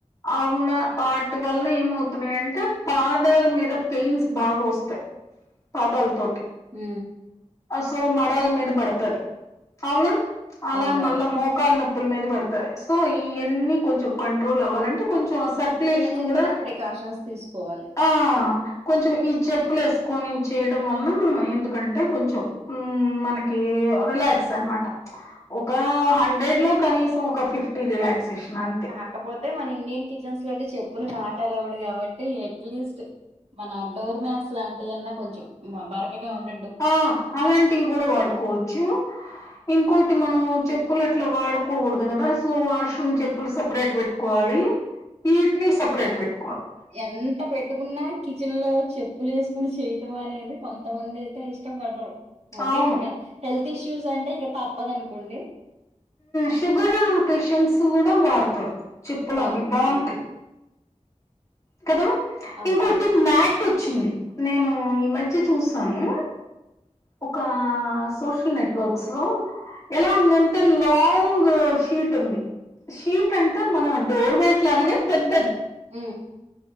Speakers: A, on the left; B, on the right.
A: అవున్న వాటి వలన ఏమవుతున్నాయంటే పాదాల మీద పెయిన్స్ బాగా వస్తాయి పాదాలతోటి
B: హ
A: సో మడాల మీద పడుతుది అవునా అలా
B: అవునవును
A: మళ్ళా మోకాాల నొప్పుల మీద పెడుతాయి సో ఇవన్నీ కొంచెం కంట్రోల్ అవ్వాల అంటే కొంచెం సర్కుయులేషన్
B: చిన్న చిన్న
A: కూడా
B: ప్రికాషన్స్ తీసుకోవాలి
A: ఆ కొంచెం ఈ చెప్పులు వేసుకొని చేయడం వలన ఎందుకంటే కొంచెం ఉ మనకి రిలాక్స్ అనమాట ఒక హండ్రెడ్ లో కనీసం ఒక ఫిఫ్టీ రిలాక్సేషన్ అంతే
B: కాకపోతే మన ఇండియన్ కిచెన్స్ లోకి చెప్పులు నాట్ అలౌడ్ కాబట్టి ఎట్లీస్ట్ మన డోర్ మ్యాట్స్ లాంటివి అన్నా కొంచెం బరకగా ఉండ
A: ఆ అలాంటివి కూడా వాడుకోవచ్చు ఇంకో టి మనం చెప్పులు అట్లా వాడుకోకూడదు కదా సో వాష్రూమ్ చెప్పులు సపరేట్ పెట్టుకోవాలి ఈట్ని సపరేట్ పెట్
B: వాలి అట్ట పెట్టుకున్న కిచెన్ లో చెప్పులు వేసుకుని చెయటం అనేది కొంతమంది అయితే ఇష్టపడరు ఓకే
A: అవును.
B: ఇంకా హెల్త్ ఇష్యూస్ అంటే ఇక తప్పదనుకోండి
A: షుగర్ పేషెంట్స్ కూడా వాడతారు చెప్పులు అవి
B: అవును
A: బాగుంటాయి
B: అవును
A: కదా
B: అవును
A: ఇంకోటి మ్యాట్ వచ్చింది నేను ఈ మధ్య చూసాను ఒక సోషల్ నెట్వర్క్స్ లో ఎలా ఉందంటే లాంగ్ షీట్ ఉంది షీట్ అంటే మన డోర్మేట్ లాగానే పెద్ద
B: ఆ